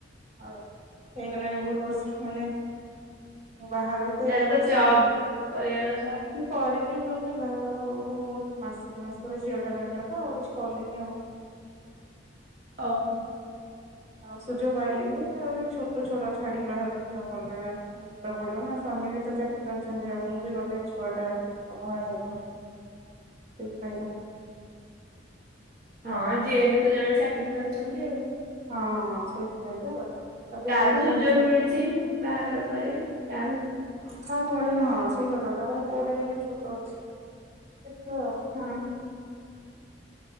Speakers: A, on the right (about 35°); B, on the right (about 55°).
A: ଆଉ ହେଇଗଲାଣି ବହୁତ ବର୍ଷ ମାନେ ମୋ ବାହାଘର।
B: ତା
A: ଏଗାର
B: ହେଲେ ତ
A: ବର୍ଷ
B: ଜବ
A: ହେଇଗଲାଣି।
B: କରିବା କଥା।
A: ମୁଁ କରିନି କଣ କି ବାହାଘର ହଉ ହଉ ମାସେ ଦିଇ ମାସ ପରେ ଝିଅ ଟା ରହିଗଲା ତ ଆଉ କିଛି କଲିନି ଆଉ।
B: ଓ ହୋ।
A: ଆଉ ସୁଯୋଗ ପାଇଲିନି ତାପରେ ଛୋଟ ଛୁଆଟା କୁ ଛାଡିକି ବାହାରକୁ ଯିବାକୁ ପଡିଲା। ଯିବାକୁ ପଡିବନା ସ୍ୱାମୀ ବି ତ ଚାକିରି କରିଛନ୍ତି ଆଉ ମୁଁ ବି ଗଲେ। ଛୁଆଟା ଅବହେଳା ହେଇଯିବ ସେଇଥିପାଇଁ କା।
B: ହଁ ଯିଏ ହେଲେ ତ ଜଣେ ଚାକିରି କରିଛନ୍ତି ଆଉ।
A: ହଁ ହଁ ସେଇଥିପାଇଁ କା ଗଲିନି। ତାପରେ
B: କାହା
A: ଏବେ
B: କୁ
A: ପୁଣି
B: ସୁଯୋଗ
A: ଛୋଟ
B: ମିଳୁଛି ବାହାଘର ପରେ କାହାକୁ।
A: କାହାକୁ ମିଳୁନି ହଁ ସିଏ ବି ସତ କଥା ତାପରେ ପୁଆଟା ବି ଏବେ ଛୋଟ ଅଛି। ଦେଖିବା ଆଉ।
B: ହଁ।